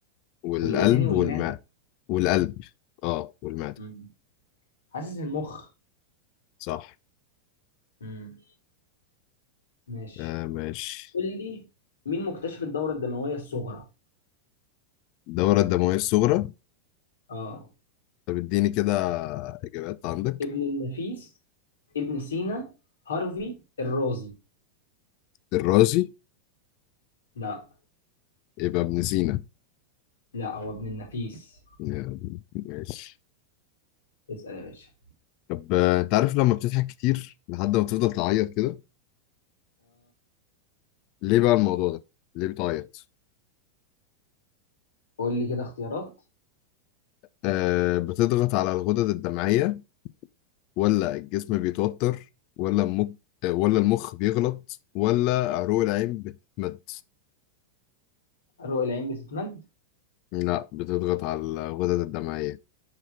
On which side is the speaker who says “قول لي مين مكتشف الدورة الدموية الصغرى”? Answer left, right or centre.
Left